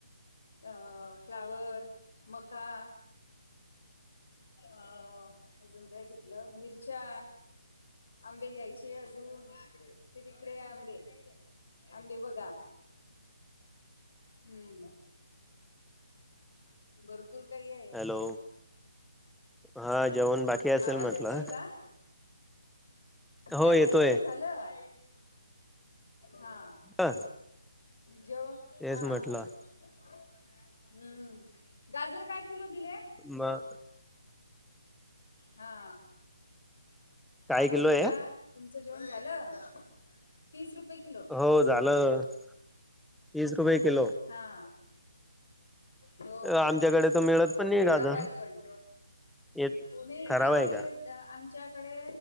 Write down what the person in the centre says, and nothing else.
हॅलो हा जेवण बाकी असेल
म्हटलं?
हो येतोय
ह
तेच
म्हटलं
मग
किलो आहे
हो झालं. तीस रुपये किलो
आमच्याकडे तर मिळत पण नाही
गाजर
येत
खराब
आहे का